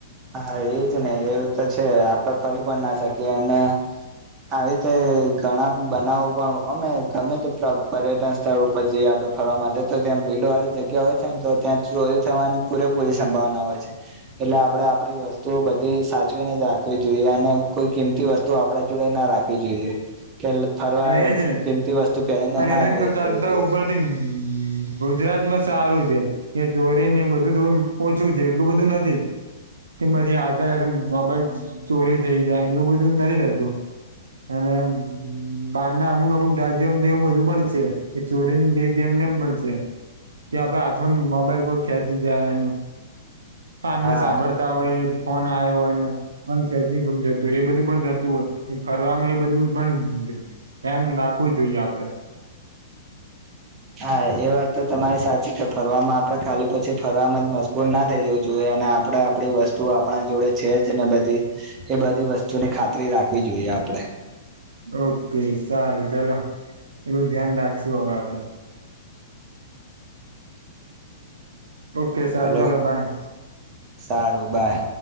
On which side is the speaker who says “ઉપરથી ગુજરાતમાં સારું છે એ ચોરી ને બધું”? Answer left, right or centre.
Right